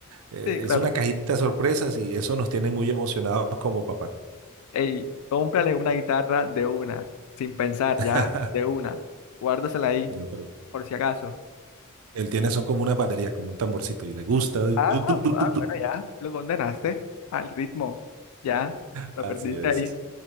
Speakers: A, on the right; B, on the left.
A: eh,
B: Sí, claro.
A: es una cajita de sorpresas y eso nos tiene muy emocionados como papás.
B: Ey, cómprale una guitarra de una, sin pensar, ya,
A: <laughs>
B: de una. Guárdasela ahí,
A: Yo creo.
B: por si acaso.
A: Él tiene son como una batería, como un tamborcito y le gusta.
B: Ah,
A: Tu,
B: ah,
A: tu, tu, tu, tu.
B: bueno, ya, lo condenaste al ritmo. Ya, lo
A: Así
B: perdiste
A: es.
B: ahí.